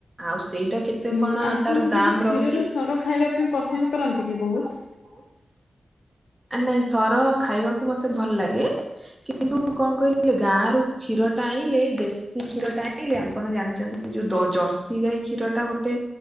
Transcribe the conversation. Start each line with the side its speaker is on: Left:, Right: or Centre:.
Right: ଆଉ ସେଇଟା କେତେ
Left: ହୁଁ
Right: କଣ
Left: ଆପଣ
Right: ତାର
Left: ସେ
Right: ଦାାମ
Left: ଯୋଉ କ୍ଷୀରର
Right: ରହୁଛି କ୍ଷୀରର
Left: ସର ଖାଇବା
Right: ସର
Left: ପାଇଁ ପସନ୍ଦ
Right: ଖାଇବା
Left: କରନ୍ତି
Right: ପାଇଁ ପସନ୍ଦ
Left: କି ବହୁତ?
Right: କରନ୍ତି କି ବହୁତ ନାଇଁ ସର ଖାଇବାକୁ ମତେ ଭଲ ଲାଗେ। କିନ୍ତୁ କଣ କହିଲେ ଗାଁ ର କ୍ଷୀର ଟା ଆଣିଲେ ଦେଶୀ କ୍ଷୀର ଟା ଆଣିଲେ ଆପଣ ଜାଣିଛନ୍ତି ସେଇ ଯୋଉ ଜର୍ସି ଗାଈ କ୍ଷୀରଟା ଗୋଟେ